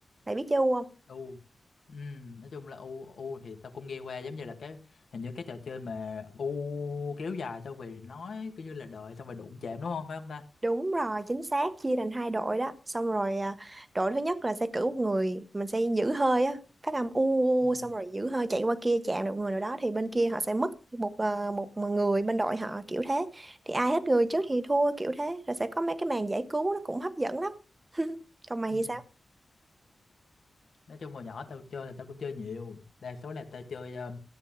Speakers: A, on the right (about 25°); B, on the left (about 55°).
A: Mày biết chơi u không?
B: U. Ừ, nói chung là u u thì tao cũng nghe qua giống như là cái hình như cái trò chơi mà u kéo dài xong rồi nói kiểu như là đợi xong rồi đụng chạm đúng không phải không ta?
A: Đúng rồi, chính xác, chia thành hai đội đó. Xong rồi à, đội thứ nhất là sẽ cử một người, mình sẽ giữ hơi á, phát âm u, u,
B: Ừ.
A: u, xong rồi giữ hơi chạy qua kia chạm được người nào đó thì bên kia họ sẽ mất một à, một người bên đội họ kiểu thế. Thì ai hết người trước thì thua kiểu thế, rồi sẽ có mấy cái màn giải cứu nó cũng hấp dẫn lắm. <laughs> Còn mày
B: Ừ.
A: thì sao?
B: nói chung hồi nhỏ tao chơi là tao cũng chơi nhiều đa số là tao chơi ờ,